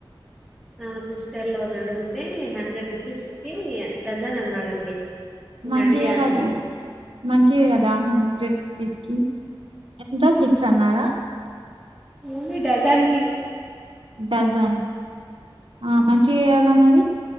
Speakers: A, in the centre; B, on the right (about 75°).
A: ఆహ్ క్రిస్టల్ లో అడిగితే హండ్రెడ్ రూపీస్ కి డజన్ అన్నాడండి నేను
B: మంచియే
A: అడిగాను
B: కదా
A: నేను
B: మంచివే కదా హండ్రెడ్ రూపీస్ కి ఎంత సిక్స్ అన్నారా
A: మమి డజన్కి
B: డజన్ ఆ మంచిగే కదా మరి